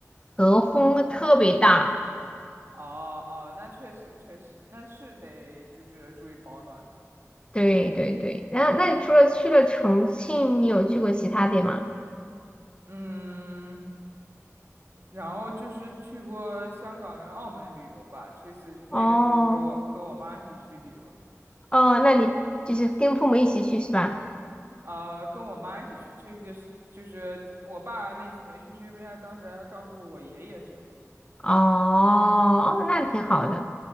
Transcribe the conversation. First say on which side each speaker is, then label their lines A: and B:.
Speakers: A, on the left; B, on the right.
A: 和风特别大。
B: 哦哦，那确实确实，那是得就是注意保暖的。
A: 对对对，然后那你除了去了重庆，你有去过其他地吗？
B: 嗯，然后就是去过香港跟澳门旅游吧，这次那个是跟我跟我妈一起去旅游的，
A: 哦哦，那你就是跟父母一起去是吧？
B: 呃，跟我妈一起去，这个是就是我爸那次没去，是因为他当时还要照顾我爷爷，这样。
A: 哦，
B: 嗯嗯，
A: 那挺好的。